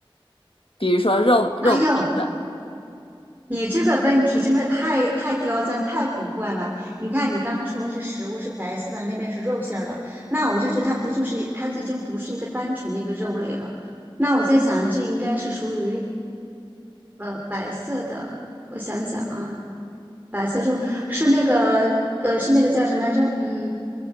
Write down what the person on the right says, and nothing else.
哎呦，你这个问题真的太太刁钻、太古怪了。你看，你刚刚说是食物是白色的，那面是肉馅儿的，那我就觉得它不就是它已经不是一个单纯的一个肉类了。那我在想，这应该是属于呃白色的。我想想啊，白色肉是那个呃是那个叫什么来着？嗯